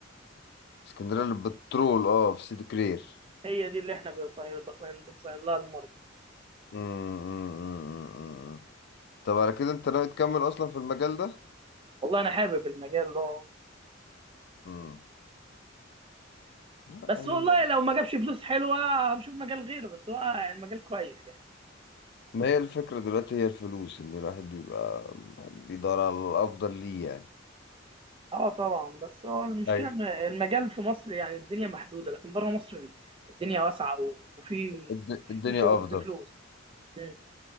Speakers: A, on the left (about 55°); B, on the right (about 25°).
A: اسكندريه للبترول اه في سيدي كرير
B: هي دي اللي احنا بنصين بنصين بنصين لها المرجع
A: امم أمم، أمم، أمم، أمم. طب على كده انت ناوي تكمل اصلا في المجال ده
B: والله انا حابب المجال ده
A: امم لا
B: بس
A: يعني
B: والله
A: ما
B: لو ما جابش فلوس حلوه هنشوف مجال غيره بس هو المجال كويس يعني
A: ما هي الفكره دلوقتي هي الفلوس ان الواحد بيبقى بيدور على الافضل ليه يعني
B: اه طبعا بس هو المشكله
A: ايوه
B: إن المجال في مصر يعني الدنيا محدوده لكن بره مصر الدنيا واسعه و- وفي
A: الد- الدنيا
B: في شغل
A: افضل
B: وفي فلوس مم.